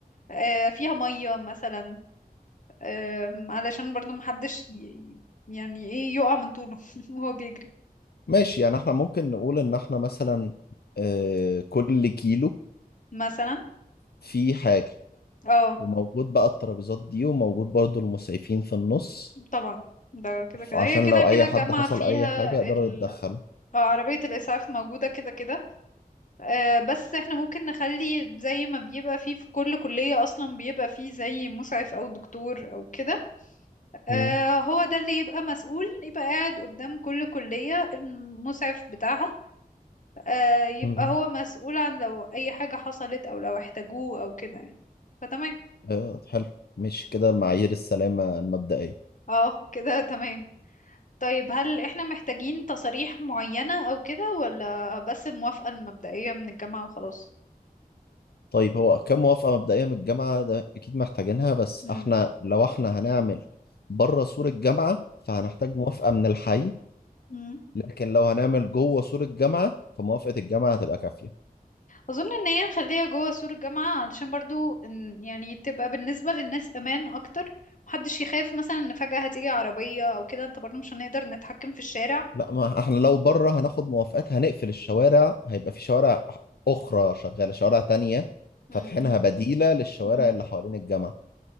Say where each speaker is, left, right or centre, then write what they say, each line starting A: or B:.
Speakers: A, on the left; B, on the left.
A: آه، فيها مية مثلا آم، علشان برضه محدش ي... يعني ايه يقع من طوله <laughs> وهو بيجري
B: ماشي يعني احنا ممكن نقول ان احنا مثلا آه، كل كيلو
A: مثلا
B: فيه حاجة
A: اه
B: وموجود بقى الترابيزات دي وموجود برضو المسعفين في النص
A: طبعا ده كده
B: ف-
A: كده
B: عشان
A: هي كده
B: لو
A: كده
B: اي
A: الجامعة
B: حد حصل
A: فيها
B: اي حاجة يقدروا
A: ال...
B: يتدخلوا
A: آه، عربية الإسعاف موجودة كده كده آه، بس احنا ممكن نخلي زي ما بيبقى فيه في كل كلية اصلا بيبقى فيه زي مسعف او دكتور او كده آه،
B: مم.
A: هو ده اللي يبقى مسؤول يبقى قاعد قدام كل كلية المسعف بتاعها آه، يبقى
B: مم.
A: هو مسؤول عن لو اي حاجة حصلت او لو احتاجوه او كده يعني فتمام
B: آه، حلو ماشي كده المعايير السلامة المبدئية
A: اه كده تمام طيب هل احنا محتاجين تصاريح معينة او كده ولا بس الموافقة المبدئية من الجامعة وخلاص
B: طيب هو كام موافقة مبدئية من الجامعة ده أكيد محتاجينها بس
A: مم.
B: احنا لو احنا هنعمل بره سور الجامعة فهنحتاج موافقة من الحي
A: مم.
B: لكن لو هنعمل جوه سور الجامعة فموافقة الجامعة هتبقى كافية
A: اظن ان هي نخليها جوه سور الجامعة علشان برضو إن- يعني تبقى بالنسبة للناس امان اكتر محدش يخاف مثلا ان فجأة هتيجي عربية او كده انت برضو مش هنقدر نتحكم في الشارع
B: لا ما احنا لو بره هناخد موافقات هنقفل الشوارع هيبقى في شوارع أخرى شغالة شوارع تانية
A: امم
B: فاتحينها بديلة للشوارع
A: امم
B: اللي حوالين الجامعة